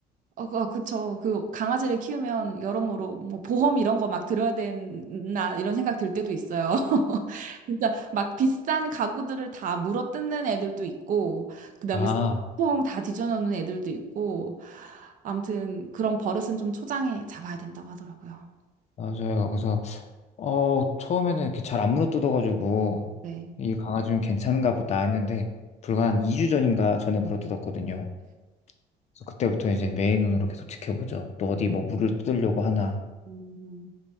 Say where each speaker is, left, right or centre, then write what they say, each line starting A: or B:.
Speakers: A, on the right; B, on the left.
A: 어, 그- 아, 그쵸. 그 강아지를 키우면 여러모로 뭐 보험 이런 거 막 들어야 되나 이런 생각 들 때도 있어요. <laughs> 진짜 막 비싼 가구들을 다 물어 뜯는 애들도 있고, 그다음에
B: 아,
A: 쓰레기통 다 뒤져놓는 애들도 있고, 아무튼 그런 버릇은 좀 초장에 잡아야 된다고 하더라고요.
B: 맞아요. 그래서 어 처음에는 이렇게 잘 안 물어뜯어가지고
A: 네.
B: 이 강아지 좀 괜찮은가 보다 했는데 불과 한 2주 전인가 전에 물어뜯었거든요. 그래서 그때부터 이제 매의 눈으로 계속 지켜보죠. 또 어디 뭐 물을 뜯으려고 하나.
A: 음.